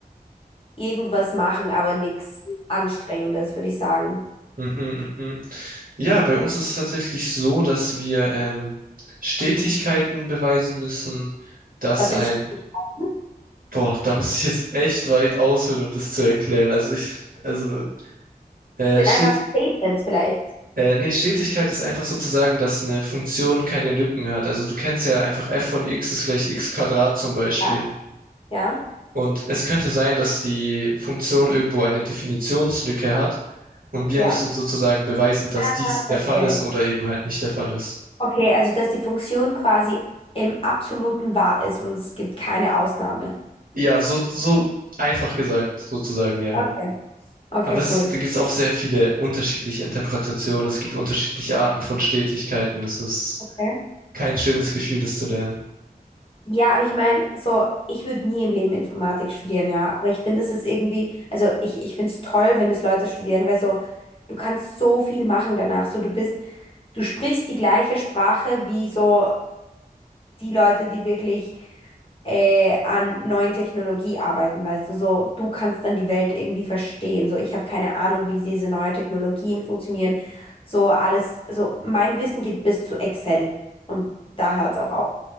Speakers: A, on the left; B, on the right.
A: irgendwas machen, aber nichts Anstrengendes, würde ich sagen.
B: mhm, mhm. Ja, bei uns ist es tatsächlich so, dass wir ähm, Stetigkeiten beweisen müssen, dass
A: Was
B: ein
A: sind Stetigkeiten?
B: Boah, da müsste ich jetzt echt weit ausholen, um das zu erklären. Also ich, also äh,
A: Sind
B: steht,
A: einfach Statements vielleicht.
B: äh, nee, Stetigkeit ist einfach sozusagen, dass eine Funktion keine Lücken hat. Also du kennst ja einfach f von x ist gleich x Quadrat zum Beispiel.
A: Ja, ja,
B: Und es könnte sein, dass die Funktion irgendwo eine Definitionslücke hat und wir
A: ja.
B: müssen sozusagen beweisen, dass
A: Ah,
B: dies der
A: verstehe.
B: Fall ist oder eben halt nicht der Fall ist.
A: Okay, also dass die Funktion quasi im absoluten Wahr ist und es gibt keine Ausnahme.
B: Ja, so, so einfach gesagt, sozusagen, ja.
A: Okay. Okay,
B: Aber es,
A: cool.
B: da gibt es auch sehr viele unterschiedliche Interpretationen. Es gibt unterschiedliche Arten von Stetigkeiten. Es ist
A: Okay.
B: kein schönes Gefühl, das zu lernen.
A: Ja, aber ich meine, so, ich würde nie im Leben Informatik studieren, ja. Aber ich finde, es ist irgendwie, also ich, ich finde es toll, wenn es Leute studieren, weil so, du kannst so viel machen danach. So, du bist, du sprichst die gleiche Sprache wie so die Leute, die wirklich äh, an neuen Technologie arbeiten, weißt du, so, du kannst dann die Welt irgendwie verstehen. So, ich habe keine Ahnung, wie diese neuen Technologien funktionieren. So, alles, also mein Wissen geht bis zu Excel und da hört es auch auf.